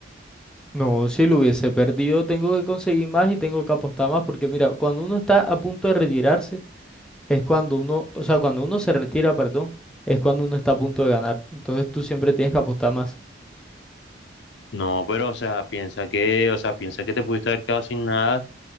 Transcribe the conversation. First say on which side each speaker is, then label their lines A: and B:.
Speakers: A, in the centre; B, on the left.
A: No, si lo hubiese perdido, tengo que conseguir más y tengo que apostar más porque mira, cuando uno está a punto de retirarse, es cuando uno, o sea, cuando uno se retira, perdón, es cuando uno está a punto de ganar. Entonces tú siempre tienes que apostar más.
B: No, pero, o sea, piensa que, o sea, piensa que te pudiste haber quedado sin nada